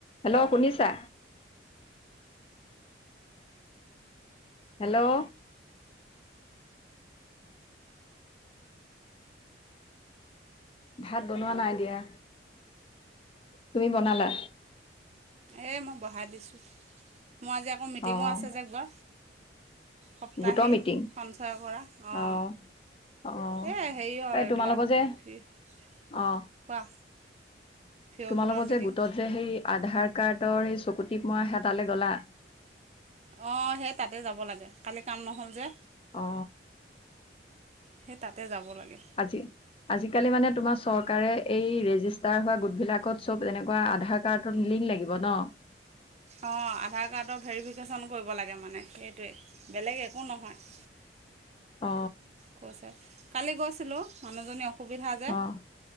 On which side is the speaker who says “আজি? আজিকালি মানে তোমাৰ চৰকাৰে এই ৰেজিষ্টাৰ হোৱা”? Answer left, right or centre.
Left